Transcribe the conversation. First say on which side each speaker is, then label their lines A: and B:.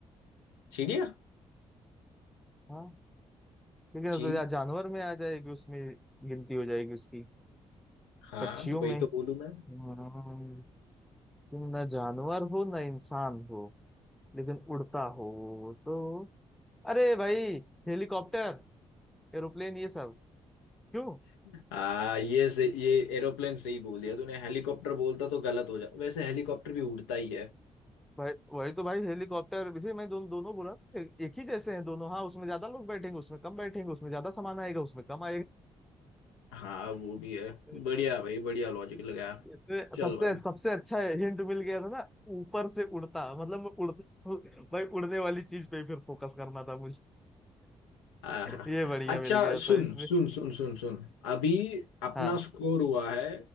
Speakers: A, on the left; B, in the centre.
A: चिड़िया
B: हाँ क्योंकि अब
A: चीड़
B: तो या जानवर में आ जाएगी उसमें गिनती हो जाएगी उसकी
A: हाँ
B: पक्षियों
A: वही
B: में
A: तो बोलूँ मैं
B: हम्म, तुम न जानवर हो न इंसान हो लेकिन उड़ता हो तो अरे भाई हेलीकॉप्टर एरोप्लेन ये सब क्यों
A: <laughs> हाँ ये से ये एरोप्लेन सही बोल दिया तूने हेलीकॉप्टर बोलता तो गलत हो जाता वैसे हेलीकॉप्टर भी उड़ता ही है
B: भाई वही तो भाई हेलीकॉप्टर जैसे मैं दोनों दोनों बोला ए, एक ही जैसे हैं दोनों हाँ उसमें ज्यादा लोग बैठेंगे उसमें कम बैठेंगे उसमें ज्यादा सामान आएगा उसमें कम
A: हाँ वो भी है
B: आएगा
A: बढ़िया भाई बढ़िया लॉजिक लगाया
B: इसमें
A: चल
B: सबसे
A: भाई
B: सबसे अच्छा हिंट मिल गया था ना ऊपर से उड़ता मतलब मैं उड़ता हूँ भाई उड़ने वाली चीज पे ही फिर फोकस करना था मुझे
A: आहा,
B: <laughs> ये बढ़िया
A: अच्छा
B: मिल गया
A: सुन
B: था इसमें
A: सुन सुन सुन सुन अभी अपना
B: हाँ
A: स्कोर हुआ है